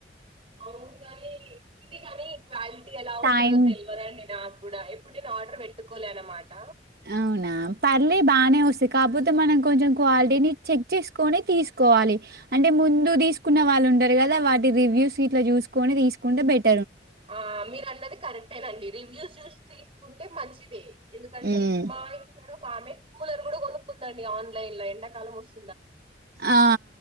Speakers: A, on the right; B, on the right.
A: అవును కానీ ఉంది కానీ క్వాలిటీ ఎలా వస్తదో
B: టైం
A: తెలివదండి నాక్ కూడా ఎప్పుడు నేను ఆర్డర్ పెట్టుకోలే అన్నమాట
B: అవునా పర్లే బానే వస్తాయి కాకపోతే మనం కొంచెం క్వాలిటీని చెక్ చేసుకుని తీసు కోవాలి అంటే ముందు తీసుకున్న వాళ్ళు ఉంటారు కదా వాటి రివ్యూస్ ఇట్లా చూసుకొని తీసుకుంటే బెట్
A: ఆ మీరు అన్నది కరెక్టేనండి రివ్యూస్ చూసి తీసుకుంటే మంచిది ఎందుకంటే
B: ఉమ్.
A: మా ఇంటి కాడ ఒక ఆమె కూలర్ కూడా కొనుక్కుందండి ఆన్లైన్ లో ఎండాకాలం వస్
B: ఆ